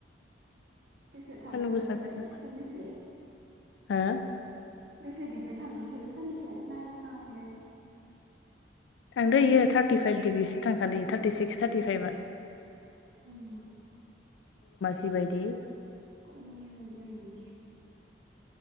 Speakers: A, on the right; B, on the left.
A: बेसे थांबाय
B: सान्दुं
A: थादोंथाय
B: गोसाथारना
A: ए साननैसो?
B: हो
A: बेसे डिग्रि थांदों थाय ए साननैसो नायफ्राङाखैनो।
B: थांदो इयो थार्टिफाइभ डिग्रिसो थांखादो इयो थार्टि सिक्स थार्टिफाइभआ।
A: उम।
B: बिबायदि।
A: गरमा जिबायदि उम।